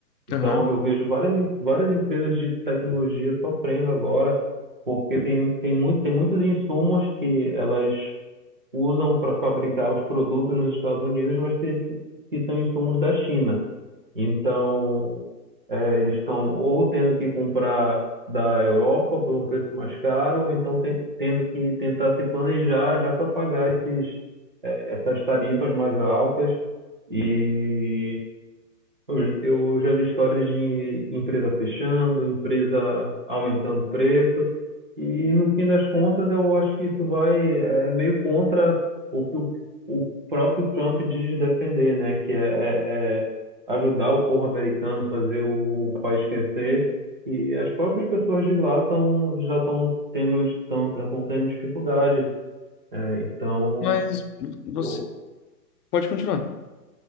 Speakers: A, on the right; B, on the left.
A: Então,
B: Aham.
A: eu vejo várias, em- várias empresas de tecnologia sofrendo agora, porque tem, tem, muito, tem muitos insumos que elas usam para fabricar os produtos nos Estados Unidos, mas que, que são insumos da China. Então, é, eles estão ou tendo que comprar da Europa por um preço mais caro, ou então ten- tendo que tentar se planejar já para pagar esses, eh, essas tarifas mais altas. E eu eu já vi histórias de empresa fechando, empresa aumentando o preço, e no fim das contas eu acho que isso vai é, meio contra o que o, o próprio Trump diz defender, né? Que é, é- é ajudar o povo americano, fazer o, o país crescer, e as próprias pessoas de lá tão, já estão tendo, de- tão- já estão tendo dificuldade. É, então,
B: Mas você
A: eu...
B: pode continuar.